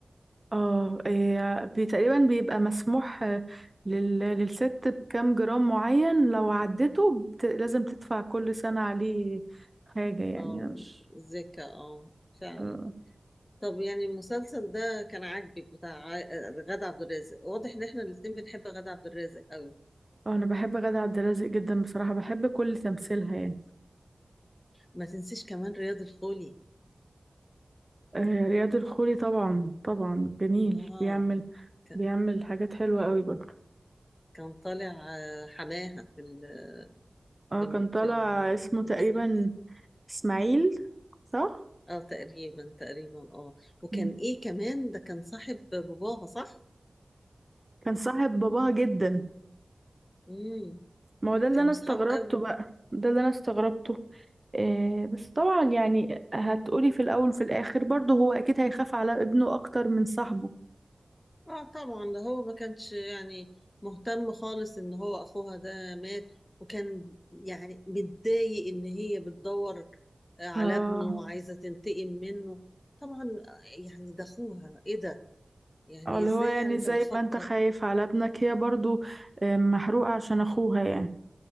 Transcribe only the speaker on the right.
اه إيه، بي- تقريبا بيبقى مسموح آه، لل- للست بكام جرام معين لو عدته بت... لازم تدفع كل سنة عليه حاجة يعني
انا مش
اه
آه، انا بحب غادة عبد الرازق جدا بصراحة بحب كل تمثيلها يعني
آه، رياض الخولي طبعا طبعا جميل
بيعمل
بيعمل حاجات حلوة قوي برضه
اه
كان طالع
اسمه
تقريبا
اسماعيل صح
مم.
كان صاحب باباها جدا
ما هو ده اللي
انا
استغربته
بقى ده اللي انا استغربته آه بس طبعا يعني هتقولي في الاول وفي الاخر برضه هو اكيد هيخاف على ابنه اكتر من صاحبه
اه
آه، اللي
هو يعني
زي
ما انت خايف على ابنك هي برضه آه، محروقة عشان اخوها يعني